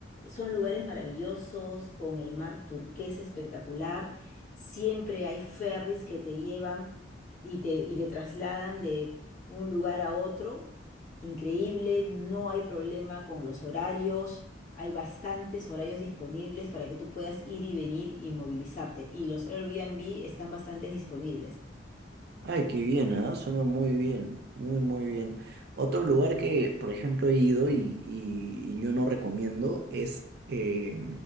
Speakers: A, on the left; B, on the right.
A: Son lugares maravillosos, con el mar turquesa espectacular. Siempre hay ferries que te llevan y te, y te trasladan de un lugar a otro Increíble, no hay problema con los horarios, hay bastantes horarios disponibles para que tú puedas ir y venir y movilizarte y los Airbnb están bastante disponibles.
B: Ay, qué bien, ¿ah? Suena muy bien, muy, muy bien. Otro lugar que, por ejemplo, he ido y, y- y yo no recomiendo es eh,